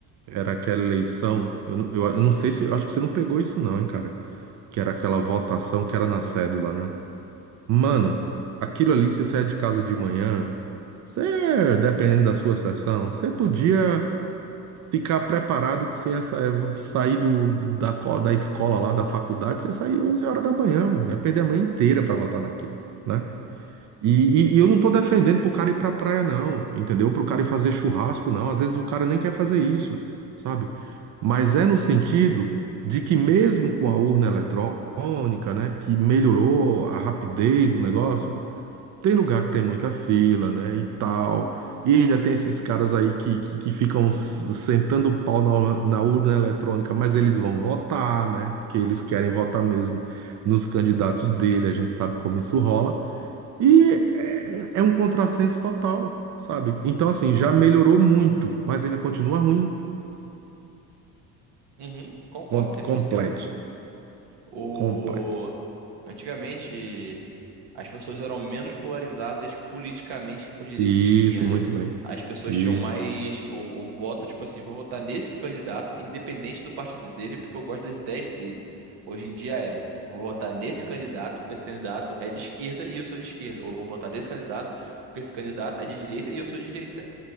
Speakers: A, on the right; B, on the right.
A: era aquela eleição, eu, não- eu, eu não sei se, eu acho que você não pegou isso, não, hein, cara? Que era aquela votação que era na cédula, né? Mano, aquilo ali, você sair de casa de manhã, você, dependendo da sua sessão, você podia ficar preparado que você ia sa- sair do, da, co- da escola lá, da faculdade, você sair 11 horas da manhã, mano. Ia perder a manhã inteira pra voltar naquilo, né? E, e- e eu não tô defendendo pro cara ir pra praia, não, entendeu? Pro cara ir fazer churrasco, não. Às vezes o cara nem quer fazer isso, sabe? Mas é no sentido de que mesmo com a urna eletrônica, né, que melhorou a rapidez do negócio, tem lugar que tem muita fila, né, e tal. E ainda tem esses caras aí que, que, que ficam s- sentando o pau na, ur- na urna eletrônica, mas eles vão votar, né? Porque eles querem votar mesmo nos candidatos dele, a gente sabe como isso rola. E é, é um contrassenso total, sabe? Então, assim, já melhorou muito, mas ainda continua ruim.
B: Uhum, concordo
A: Com-
B: 100%.
A: completo.
B: O
A: Completo.
B: antigamente As pessoas eram menos polarizadas politicamente com direita
A: Isso,
B: e esquerda.
A: muito bem.
B: As pessoas
A: Isso.
B: tinham mais o, o voto, tipo assim, vou votar nesse candidato, independente do partido dele, porque eu gosto das ideias dele. Hoje em dia é, vou votar nesse candidato, porque esse candidato é de esquerda e eu sou de esquerda. Ou vou votar nesse candidato, porque esse candidato é de direita e eu sou de direita.